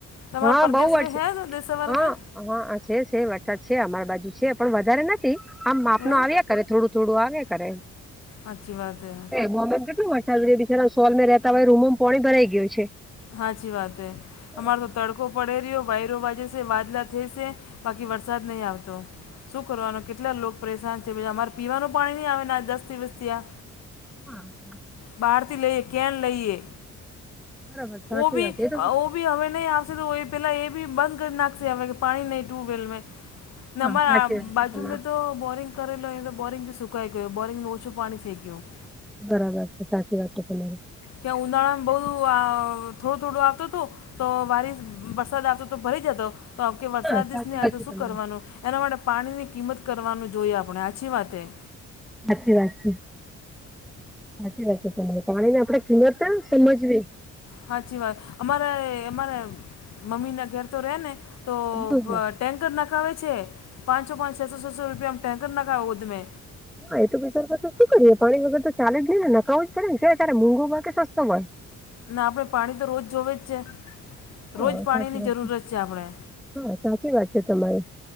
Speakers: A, on the left; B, in the centre.
A: તમારા
B: હા
A: પ્રદેશ
B: બઉ
A: મે
B: જ
A: હૈ તો દેશ સવાર
B: હા
A: મે
B: હા છે છે વરસાદ છે અમાર બાજુ છે પણ વધારે નથી આમ માપ
A: એવું
B: ન આવ્યા કરે થોડું. થોડું આવે કરે
A: અચ્છી વાત હ
B: બોમ્બે કેટલો વરસાદ રહલા બિચારા સોલ રતા હોય રૂમોમાં પાણી ભરાઈ ગયું છે
A: હાચી વાતે હમારે
B: હા
A: તો તડકો પડે રહ્યો વાયરો વાજે છે વાદલા થ છે બાકી વરસાદ નહીં આવતો. શું કરવાનું કેટલા લો પરેશાન છે બીજા અમારે પીવાનું પાણી નહીં આવેને આ દસ દિવસથી આ
B: હ
A: બહાર થી લઈએ કેમ લઈએ
B: બરાબર સાચી
A: ઓ ભી
B: વાત એ તો
A: બી હવે નહી આવશે તો પેલા એ બી બંધ કરી નાખશે હવે પાણી નહી ટ્યુબવેલ
B: હા
A: નંબર
B: સાચી વાત છે
A: બાજુ
B: તમારે
A: મે તો બોરિંગ કરેલો લોહી તો બોરિંગ સુકઈ ગયો બોરિંગમાં ઓછું પાણી થેક્યું
B: બરાબર છે સાચી વાત છે તમારી
A: ત્યાં ઉનાળા બઉ થોડું થોડું આવતો તુ તો વારી વરસાદ આવતો તો ભરી જતો તો આવમ કે વરસાદસ
B: હા સાચી
A: નને આવે
B: વાત
A: તો
B: છે
A: શું
B: તમારી
A: કરવાનું? એના માટે પાણીની કિંમત કરવાનું જોઈએ આપણે આછી વાતે
B: સાચી વાત છે સાચી વાત છે તમારે પાણી ની આપણેે કિંમત સમજવી.
A: સાાચી વાત અમારે અમારે મમ્મીના ઘર તો રહે ને તો
B: હા
A: ટેન્કર નખાવે છે પાંચસો પાંચ છસો છસો રૂપિયામાં ટેન્કર નાખાવો ઉધમે
B: હા એ તો બચારમાં તો શું કરીએે પાણી વગર તો ચાલે જ નહી ને નખાવવું જ પડેને કે ત્યારે મંઘુંય કે સસ્તો હોય
A: ના આપણે પાણી તો રોજ જોવે જ છે
B: હા
A: રોજ પાણીની
B: સાચી વાત
A: જરૂરત છે આપણે
B: હા સાચી વાત છે તમારે